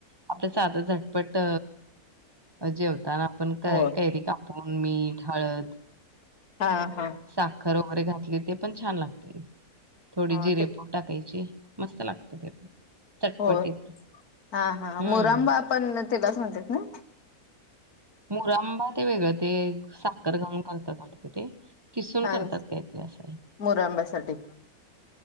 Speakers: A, on the right; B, on the left.
A: आपल्याच आता झटपट जेवताना आपण कैरी
B: हो
A: कापून मीठ हळद
B: हा हा
A: साखर वगैरे घातली ते छान लागते थोडी
B: हा
A: जिरेपून
B: ते
A: टाकायची मस्त लागतं ते पण चटपटीत
B: हो हा हा
A: हम्म.
B: मुरंबा आपण तिलाच म्हणतात ना
A: मुरंबा ते वेगळं ते साखर घाऊन करतात करत ते. किसून
B: आणि
A: करतात काहीतरी असं आहे.
B: मोरांब्यासाठी